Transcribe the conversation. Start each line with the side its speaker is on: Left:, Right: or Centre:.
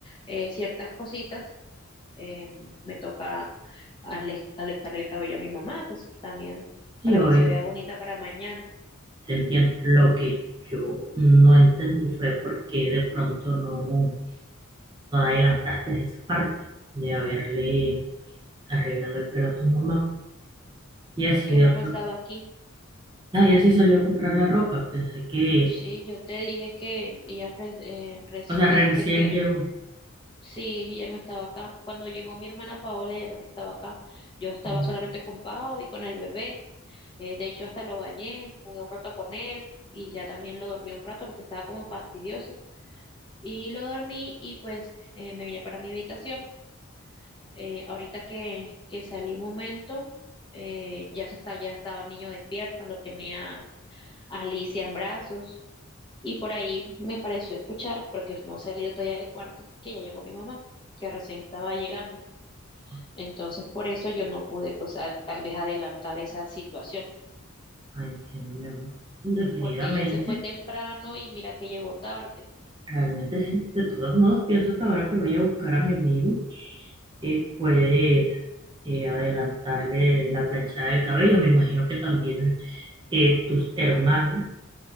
Left: eh, ciertas cositas, eh, me toca ale- alistar el cabello a mi mamá, pues también
Right: Sí,
Left: para
Right: obvio,
Left: que se vea bonita para mañana,
Right: te entiendo. Lo que yo no entendí fue por qué de pronto no. No adelantaste esa parte de haberle arreglado el pelo a tu mamá. Y así
Left: porque
Right: de...
Left: ella no
Right: pro-
Left: estaba aquí.
Right: Ah, y así salió a comprar la ropa. Pensé que...
Left: Sí, yo te dije que ella re- eh, recién
Right: O sea, recién
Left: fue que
Right: llegó.
Left: Sí, ya no estaba acá. Cuando llegó mi hermana Paola, ya no estaba acá. Yo estaba
Right: Como,
Left: solamente con Pao y con el bebé. Eh, de hecho, hasta lo bañé, jugué un rato con él y ya también lo dormí un rato porque estaba como fastidioso. Y lo dormí y pues eh, me vine para mi habitación. Eh, ahorita que, que salí un momento, eh, ya se está, ya estaba el niño despierto, lo tenía Alicia en brazos. Y por ahí me pareció escuchar, porque no he salido todavía del cuarto, que ya llegó mi mamá, que recién estaba llegando.
Right: Ah,
Left: Entonces, por eso yo no pude, pues, a- tal vez adelantar esa situación,
Right: ah, entiendo, mi amor. Indefinidamente.
Left: porque ella se fue temprano y mira que llegó tarde.
Right: Realmente sí. De todos modos, pienso que ahora que vaya a buscar a mi amigo, eh, puedes eh, adelantarle la planchada del cabello. Me imagino que también eh, tus hermanas